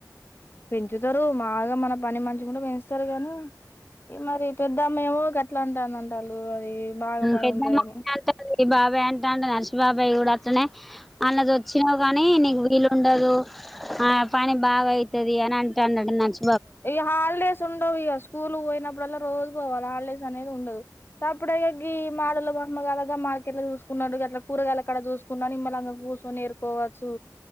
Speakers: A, on the left; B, in the centre.
A: పెంచుతారు బాగా మన పని మంచికుంటే పెంచుతారు గానీ ఈ మరి పెద్దమ్మ ఏమో గట్లా అంటానంట వాళ్ళు అది బాగా పని
B: పెద్దమ్మ
A: ఉంటాదనీ
B: అంటది బాబాయ్ అంటాండు గా అర్ష్ బాబాయ్ కూడా అట్లానే అన్నది వచ్చినావు కాని నీకు వీలుండదు ఆ పని బాగా అయితది అని అంటడాటా నచ్చ
A: ఇగా హాలిడేస్ ఉండవు ఇగ స్కూల్ పోయినప్పుడల్ల రోజు వాల హాలిడేస్ అనేది ఉండదు స అప్పుడే గి మాడల బొమ్మ కలగా మార్కెట్ లో చూసుకున్నాడు అట్లా కూరగాయల అక్కడ చూసుకున్నా నిమ్మళంగా కూర్చొని ఎరుకోవచ్చు